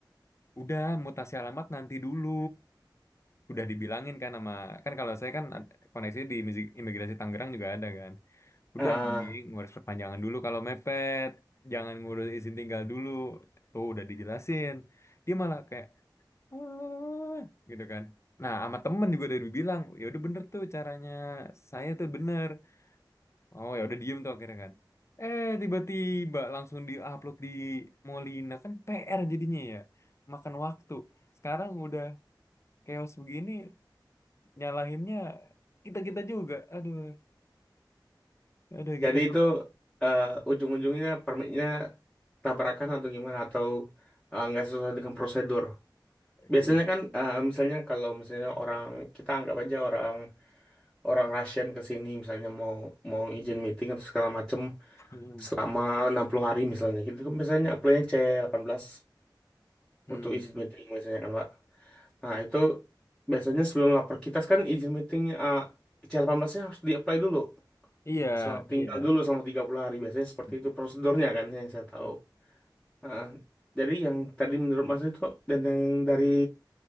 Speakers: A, on the left; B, in the centre.
A: Udah, mutasi alamat nanti dulu. udah dibilangin kan sama kan kalau saya kan ad- koneksi di misi- imigrasi Tangerang juga ada kan udah
B: Ah,
A: mending ngurus perpanjangan dulu kalau mepet jangan ngurus izin tinggal dulu tuh udah dijelasin dia malah kayak "Ah," gitu kan nah sama temen juga udah dibilang ya udah bener tuh caranya saya tuh bener oh ya udah diem tuh akhirnya kan eh tiba-tiba langsung diupload di Molina kan PR jadinya ya makan waktu sekarang udah chaos begini nyalahinnya kita kita juga aduh aduh gitu
B: jadi itu eh, ujung-ujungnya permitnya tabrakan atau gimana atau eh, nggak sesuai dengan prosedur. Biasanya
A: Ih,
B: kan eh, misalnya kalau misalnya orang kita anggap aja orang orang Russian ke sini misalnya mau mau izin meeting atau segala macem
A: hmm,
B: selama 60 hari misalnya gitu kan biasanya apply-nya c delapan belas
A: hmm.
B: untuk izin meeting biasanya kan Pak. Nah, itu biasanya sebelum lapor kita kan izin meeting eh, C18-nya harus di-apply dulu.
A: iya
B: Selama
A: iya
B: tinggal dulu sama 30 hari biasanya seperti
A: Hmm,
B: itu prosedurnya kan yang saya tahu.
A: hmm.
B: Nah, dari yang tadi menurut Mas itu dan yang dari